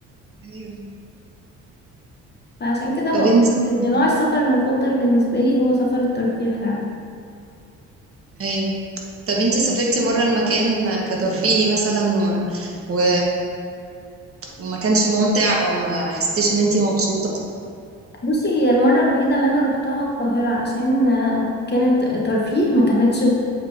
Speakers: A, on the right; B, on the left.
A: ايوه
B: فعشان كده
A: طب
B: بقول
A: انتي
B: ان نوع السفر المفضل بالنسبه لي هو سفر الترفيه فعلا
A: ايوه طب انتي سافرتي مرة المكان كترفيهي مثلا و... و... وما كانش ممتع او ما حسيتيش ان انتي مبسوطة
B: بصي هي المرة الوحيدة اللي أنا روحتها القاهرة عشان آه، كانت ترفيه ما كانتش ب-